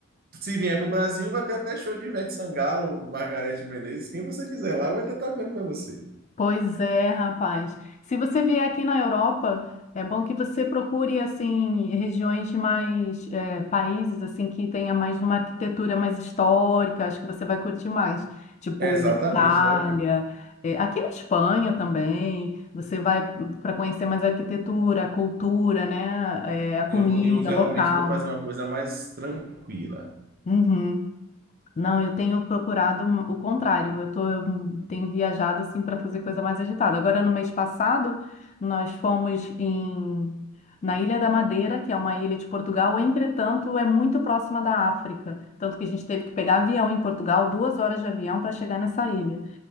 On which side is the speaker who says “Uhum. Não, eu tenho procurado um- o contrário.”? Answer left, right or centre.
Left